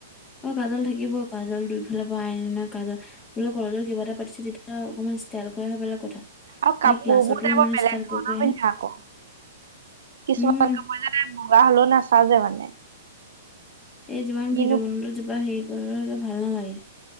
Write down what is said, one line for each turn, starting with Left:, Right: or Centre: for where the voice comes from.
Left: অ কাজল থাকিব, কাজল দুইফালৰ পৰা আই লিনা কাজল বোলে কলেজৰ কিবা এটা পাতিছে তেতিয়া অকমান ষ্টাইল কৰি আহা বেলেগ কথা।
Right: আৰু কাপোৰবোৰতে
Left: এই ক্লাছতো ইমান
Right: বৰ বেলেগ
Left: ষ্টাইল
Right: ধৰণৰ
Left: কৰি কৰি
Right: পিন্ধে
Left: আহে
Right: আকৌ, কিছুমান
Left: উম
Right: কাপোৰ যে বগা হলেও নাচাযে মানে।
Left: এ যিমান
Right: কিনো
Left: ভিডিঅ বনালোঁ যিবা হেৰি কৰিলেও ভাল নালাগে।